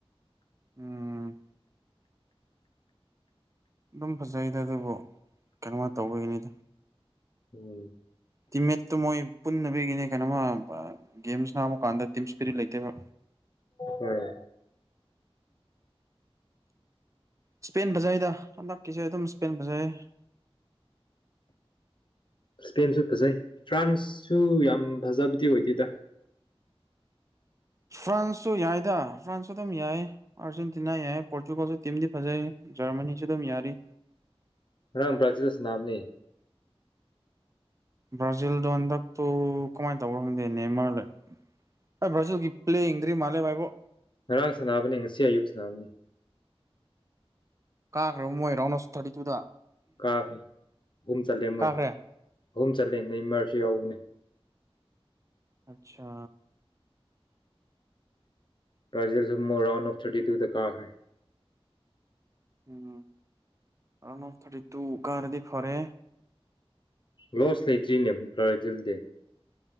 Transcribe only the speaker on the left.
ꯎꯝ
ꯎꯝ
ꯏꯁꯄꯦꯟ ꯈꯥꯔ ꯐꯖꯩ ꯐ꯭ꯔꯥꯟꯁꯁꯨ ꯌꯥꯝ ꯐꯖꯕꯗꯤ ꯑꯣꯏꯗꯦꯗ
ꯉꯔꯥꯡ ꯕ꯭ꯔꯥꯖꯤꯜ ꯁꯥꯅꯕꯅꯦ
ꯉꯔꯥꯡ ꯁꯥꯟꯅꯕꯅꯤ ꯉꯁꯤ ꯑꯌꯨꯛ ꯁꯅꯥꯕꯅꯤ
ꯀꯥꯕꯅꯤ ꯑꯍꯨꯝ ꯆꯜꯂꯦ ꯃꯣꯏ
ꯑꯍꯨꯝ ꯆꯜꯂꯦ ꯅꯦꯃꯥꯔꯁꯨ ꯌꯥꯎꯕꯅꯦ
ꯕꯥꯔꯖꯤꯜꯖꯨ ꯃꯣꯏ ꯔꯥꯎꯟ ꯑꯣꯐ ꯊꯥꯔꯇꯤ ꯇꯨꯗ ꯀꯥꯈ꯭ꯔꯦ
ꯂꯣꯁ ꯂꯩꯇ꯭ꯔꯤꯅꯦ ꯕ꯭ꯔꯥꯖꯤꯜ ꯗꯤ